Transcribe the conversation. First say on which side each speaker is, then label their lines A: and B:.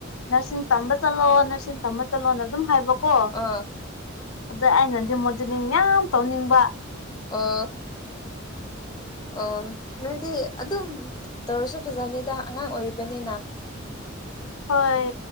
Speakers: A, on the left; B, on the left.
A: ꯅꯔꯁꯤꯡ ꯇꯝꯕ ꯆꯠꯂꯣ ꯅꯔꯁꯤꯡ ꯇꯝꯕ ꯆꯠꯂꯣꯅ ꯑꯗꯨꯝ ꯍꯥꯏꯕꯀꯣ
B: ꯑꯥ
A: ꯑꯗ ꯑꯩꯅꯗꯤ ꯃꯣꯗꯦꯂꯤꯡ ꯌꯥꯝ ꯇꯧꯅꯤꯡꯕ
B: ꯑ ꯑꯣ ꯅꯣꯏꯗꯤ ꯑꯗꯨꯝ ꯇꯧꯔꯁꯨ ꯐꯖꯅꯤꯗ ꯑꯉꯥꯡ ꯑꯣꯏꯔꯤꯕꯅꯤꯅ
A: ꯍꯣꯏ